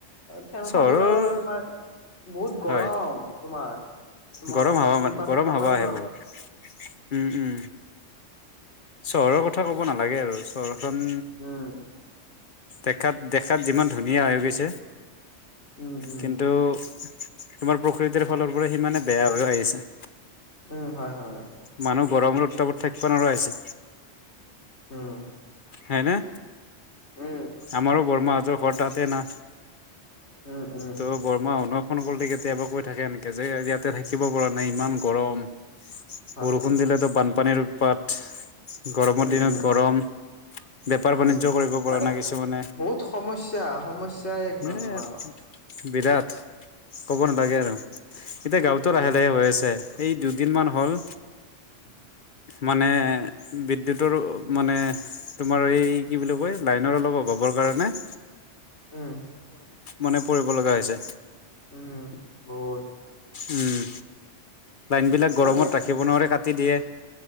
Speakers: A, on the left (about 65°); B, on the left (about 45°).
A: ফেনখন
B: চহৰৰ
A: দিলেও আৰু তোমাৰ বহুত গৰম
B: হয়
A: তোমাৰ তোমাৰ
B: গৰম হাৱা
A: টিং
B: মান
A: পাতত
B: গৰম
A: তামান
B: হাৱা আহে বহুত উম উম চহৰৰ কথা ক'ব নালাগে আৰু চহৰখন
A: উম
B: দেকাত দেখাত যিমান ধুনীয়া হৈ গৈছে
A: উম উম
B: কিন্তু তোমাৰ প্ৰকৃতিৰ ফালৰ পৰা সিমানে বেয়া হৈ আহিছে
A: উম হয় হয়
B: মানুহ গৰমত উত্তাপত থাকবা নোৱাৰা হৈছে
A: উম
B: হয়নে।
A: উম
B: আমাৰো
A: হয়
B: বৰমাহঁতৰ ঘৰ তাতে না।
A: উম'। উম
B: ত' বৰমা শুনক ফোন কৰলে কেতিয়াবা কৈ থাকে এনেকে যে ইয়াতে থাকিব পৰা নাই ইমান গৰম।
A: <inaudible>
B: বৰষুণ দিলেতো বানপানীৰ উৎপাত। গৰমৰ
A: উম
B: দিনত
A: উম
B: গৰম বেপাৰ
A: উম
B: বাণিজ্য কৰিব পৰা
A: মানে
B: নাই কিছুমানে।
A: বহুত সমস্যা সমস্যা একদম
B: এ
A: তোমাৰ
B: বিৰাট ক'ব
A: উম
B: নালাগে আৰু এতিয়া গাঁৱতো
A: উম
B: লাহে লাহে হৈ আছে। এই দুদিনমান হ'ল
A: <inaudible>
B: মানে বিদ্যুতৰো মানে তোমাৰ এই কি বুলি কয় লাইনৰ অলপ অভাৱৰ কাৰণে
A: উম
B: মনে পৰিব লগা হৈছে
A: উম বহুত
B: উম লাইনবিলাক গৰমত
A: মানে
B: ৰাখিব নোৱাৰে কাটি দিয়ে